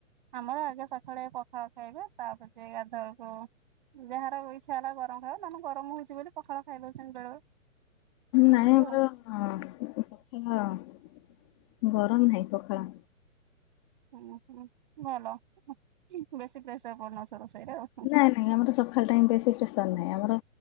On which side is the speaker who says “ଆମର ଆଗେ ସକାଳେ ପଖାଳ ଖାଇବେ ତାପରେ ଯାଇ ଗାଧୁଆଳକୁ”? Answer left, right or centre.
Right